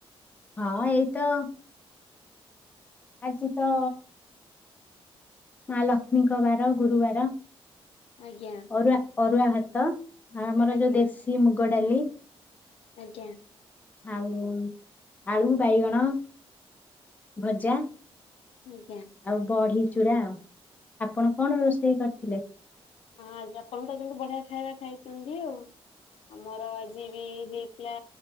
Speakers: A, on the left; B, on the left.
A: ହଁ ଏଇ ତ ଆଜି ତ ମା ଲକ୍ଷ୍ମୀଙ୍କ ବାର ଗୁରୁବାର।
B: ଆଜ୍ଞା
A: ଅରୁଆ-ଅରୁଆ ଭାତ ଆମର
B: ଆଜ୍ଞା
A: ଯୋଉ ଦେଶୀ ମୁଗ ଡାଲି
B: ଆଜ୍ଞା।
A: ଆଉ ଆଳୁ, ବାଇଗଣ ଭଜା।
B: ଆଜ୍ଞା।
A: ଆଉ ବଢି ଚୂୁରା, ଆ ଆପଣ କଣ ରୋଷେଇ କରିଥିଲେ?
B: ହଁ ଆଜି ଆପଣ ତ କିନ୍ତୁ ବଢିଆ ଖାଇବା ଖାଇଛନ୍ତି ଆଉ। ଆମର ଆଜି ବି ହେଇଥିଲା